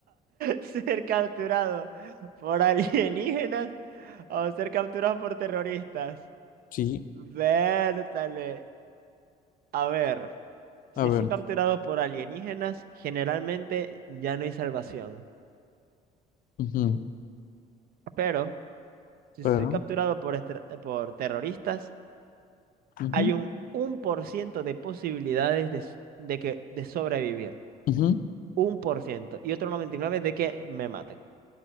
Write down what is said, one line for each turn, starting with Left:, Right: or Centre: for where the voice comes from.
Right: Ser capturado por alienígenas o ser capturado por terroristas.
Left: Sí.
Right: Vértale. A ver, si
Left: A ver.
Right: soy capturado por alienígenas, generalmente ya no hay salvación.
Left: ujú,
Right: Pero si
Left: Pero.
Right: soy capturado por, estra- por terroristas,
Left: ujú,
Right: hay un un por ciento de posibilidades de, s- de que, de sobrevivir.
Left: ujú.
Right: Un por ciento Y otro 99% de que me maten.